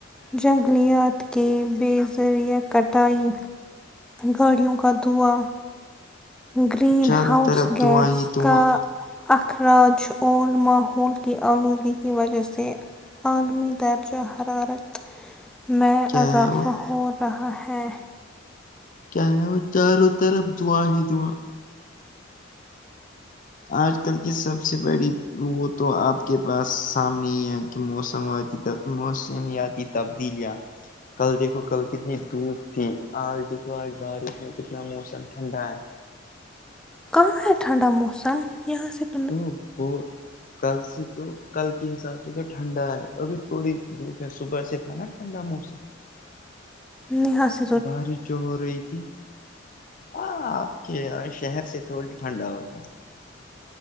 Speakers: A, in the centre; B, on the left (about 45°).
A: جنگلیات کے بے ذریعہ کٹائی گاڑیوں کا دھواں گرین
B: چاروں
A: ہاؤس
B: طرف
A: گیس
B: دعا ہی دعا
A: کا اخراج اور ماحول کی آلودگی کی وجہہ سے عالمی درجہ حرارت میں
B: کیا
A: اضافہ
B: ہے وہ
A: ہو رہا ہے
B: کیا ہے وہ چاروں طرف دھواں ہی دھواں آج کل کی سب سے بڑی بلوت ہو آپ کے پاس سامانیا کہ موسموادی موسمیاتی تبدیلیاں کل دیکھو کل کتنی دھوپ تھی آج دیکھو آج بارش میں کتنا موسم ٹھنڈا ہے
A: کہاں ہے ٹھنڈا موسم یہاں س
B: ا بور کل سے تو کل کے حساب سے تو ٹھنڈا ہے ابھی تھوڑی دھوپ ہے صبح سے تھا نہ ٹھنڈا موسم
A: نحصہ
B: بارش جو ہو رہی تھی ہاں آپ کے شہر سے تھوڑی ٹھنڈا ہوتا ہے